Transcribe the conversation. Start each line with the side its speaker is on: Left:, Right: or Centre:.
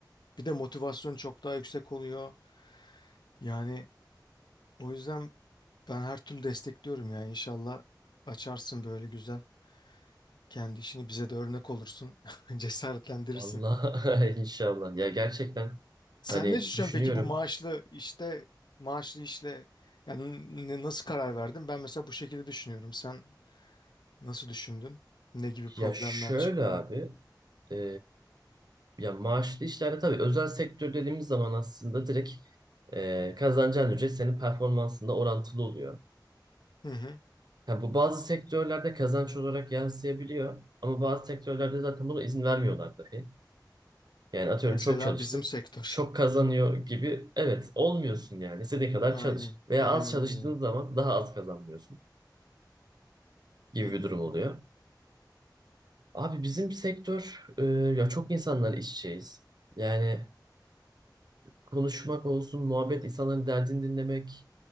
Left: Bir de motivasyon çok daha yüksek oluyor. Yani o yüzden ben her türlü destekliyorum yani inşallah açarsın böyle güzel. Kendi işini bize de örnek olursun, <laughs> cesaretlendirirsin.
Right: Vallahi <laughs> inşallah. Ya gerçekten
Left: Sen
Right: hani
Left: ne düşünüyorsun
Right: düşünüyorum.
Left: peki bu maaşlı işte maaşlı işle yani n- nasıl karar verdin? Ben mesela bu şekilde düşünüyorum. Sen nasıl düşündün? Ne gibi problemler
Right: Ya şöyle
Left: çıktı?
Right: abi, e, ya maaşlı işlerde tabii özel sektör dediğimiz zaman aslında direkt e, kazanacağın ücret senin performansında orantılı oluyor.
Left: Hı hı.
Right: Ha, bu bazı sektörlerde kazanç olarak yansıyabiliyor ama bazı sektörlerde zaten buna izin vermiyorlar dahi. Yani atıyorum
Left: Mesela
Right: çok çalıştın,
Left: bizim sektör.
Right: çok kazanıyor gibi evet olmuyorsun yani istediğin kadar
Left: Aynen.
Right: çalış veya
Left: Aynen
Right: az çalıştığın
Left: öyle.
Right: zaman daha az kazanmıyorsun gibi
Left: Hı hı.
Right: bir durum oluyor. Abi bizim sektör e, ya çok insanlar işçiyiz. Yani konuşmak olsun, muhabbet, insanların derdini dinlemek